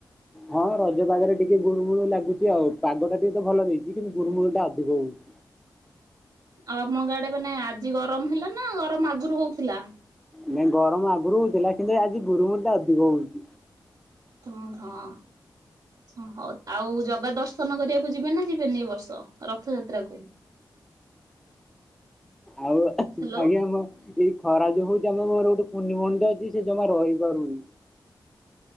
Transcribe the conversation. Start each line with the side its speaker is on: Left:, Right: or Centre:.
Centre: ହଁ ରଜ ପାଗରେ ଟିକେ ଗୁଳୁମୁଳୁ ଲାଗୁଚୁ ଆଉ। ପାଗ ଟା ଟିକେ ତ ଭଲ ଦେଇଚି, କିନ୍ତୁ ଗୁରୁମୁଳୁ ଟା ଅଧିକ ହଉ <inaudible>
Right: ଆଉ ଆପଣଙ୍କ ଆଡେ ମାନେ ଆଜି ଗରମ ହେଲା ନା ଗରମ ଆଗରୁ ହଉଥିଲା?
Centre: ନ ଗରମ ଆଗରୁ ହଉଥିଲା, କିନ୍ତୁ ଏ ଆଜି ଗୁରୁମୁ ଟା ଅଧିକ ହଉଚି।
Right: ହଁ, ହଁ। ହଁ ହଉ ଆଉ ଜଗା ଦର୍ଶନ କରିବାକୁ ଯିବେ ନା ଯିବେନି ଏଇ ବର୍ଷ ରଥଯାତ୍ରାକୁ?
Centre: ଆଉ ଆଜ୍ଞା
Right: ହ୍ୟାଲୋ
Centre: ଆମ ଏଇ ଖରା ଯେ ହଉଚି ଆମ ଘର ଗୋଟେ କୁନି ଭଉଣୀ ଟେ ଅଛି ସିଏ ଜମା ରହିପାରୁନି।